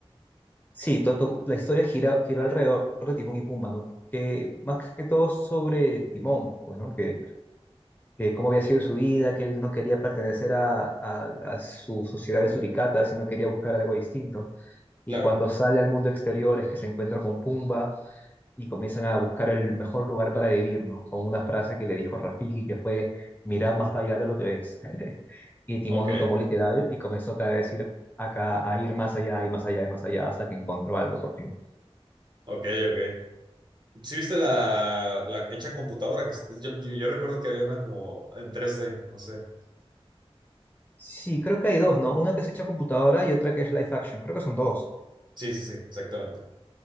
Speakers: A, on the left; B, on the right.
A: Sí, to- to- la historia gira, giró alrededor de Timón y Pumba, ¿no? Que, más que todo sobre Timón, pues, ¿no? Que que cómo había sido su vida, que él no quería pertenecer a, a, a su sociedad de suricatas, sino quería buscar algo distinto. Y
B: Claro.
A: cuando sale al mundo exterior es que se encuentra con Pumba y comienzan a buscar el mejor lugar para vivir, ¿no? Con una frase que le dijo Rafiki que fue, mira más allá de lo que ves. <laughs> Y Timón
B: Ok,
A: lo tomó literal y comenzó cada vez a ir acá, a ir más allá y más allá y más allá hasta que encontró algo por fin.
B: ok, ok. ¿Sí viste la, la hecha computadora? Que es- yo, yo, yo recuerdo que había una como en tres d no sé.
A: Sí, creo que hay dos, ¿no? Una que es hecha a computadora y otra que es live action. Creo que son dos.
B: Sí, sí, sí, exactamente.